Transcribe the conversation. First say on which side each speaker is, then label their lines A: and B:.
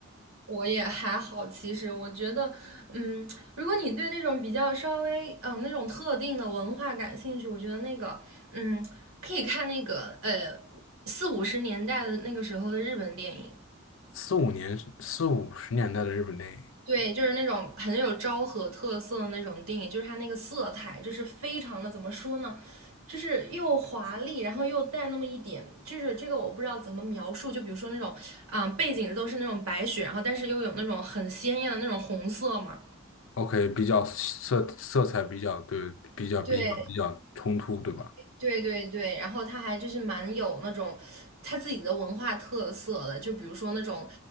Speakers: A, on the right (about 90°); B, on the left (about 65°).
A: 我也还好，其实我觉得，嗯，如果你对那种比较稍微，嗯、那种特定的文化感兴趣，我觉得那个，嗯，可以看那个，呃，四五十年代的那个时候的日本电影，
B: 四五年四五十年代的日本电影
A: 对，就是那种很有昭和特色的那种电影，就是它那个色彩，就是非常的，怎么说呢，就是又华丽，然后又带那么一点，就是这个我不知道怎么描述，就比如说那种，啊、背景都是那种白雪，然后但是又有那种很鲜艳的那种红色嘛。
B: ，OK，比较色色彩比较对，比较比较比较冲突，
A: 对
B: 对吧
A: 对对对，然后他还就是蛮有那种他自己的文化特色的，就比如说那种，